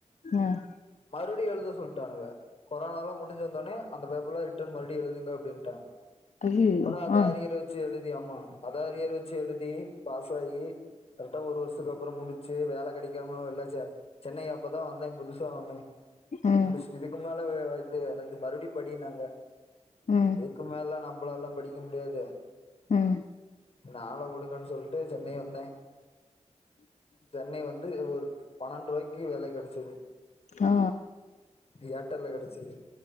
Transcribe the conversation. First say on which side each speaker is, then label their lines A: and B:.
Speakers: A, on the left; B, on the left.
A: ம்
B: மறுப ப்டி எழுத சொல்ட்டானுங்க கொரோனாலல்லா முடிஞ்சந்தோனே அந்த பேப்பர்லா ரிட்டர்ன் மறுபடி எழுதுங்க அப்படின்ட்டாங்க
A: ஐயயோ
B: அப்புறோ அத
A: ஆ
B: அரியிற வச்சு எழுதி ஆமா அத அரியற வச்சு எழுதி பாசாகி கரெக்டா ஒரு வருஷத்துக்கு அப்புற முடிச்சு வேல கெடைக்காம எல்லா சென்னை அப்பதா வந்தே புதுசா வந்தே
A: ம்
B: முடிச்சுட்டு இதுக்கு மேல வே இது எனது மறுபடி படினாங்க
A: ம்
B: எதுக்கு மேல நம்மளால்லா படிக்க முடியாது
A: ம்
B: என்ன ஆள விடுங்கன்னு சொல்ட்டு சென்னை வந்தே சென்னை வந்து ஒரு பன்னெண்டு ரூவாய்க்கு வேல கெடைச்சது
A: ஆ
B: இது ஏடர்ல கெடைச்சது